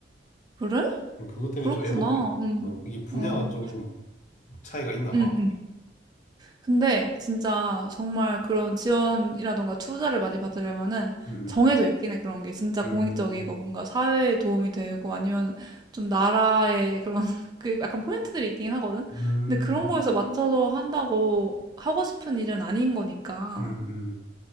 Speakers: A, on the right; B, on the left.
A: 그래?
B: 음, 그것 때문에
A: 그렇구나.
B: 좀 애먹고 있어.
A: 응.
B: 어, 이게 분야가
A: 어,
B: 좀 차이가 있나
A: 응,
B: 봐.
A: 응. 근데 진짜 정말 그런 지원이라던가 투자를 많이 받으려면은
B: 음,
A: 정해져 있긴 해. 그런 게 진짜 공익적이고
B: 음, 음,
A: 뭔가 사회에 도움이 되고 아니면 좀 나라의 그런 <laughs> 그 약간 포인트들이 있긴 하거든.
B: 음,
A: 근데 그런
B: 음,
A: 거에서 맞춰서 한다고 하고 싶은 일은 아닌 거니까
B: 음, 음,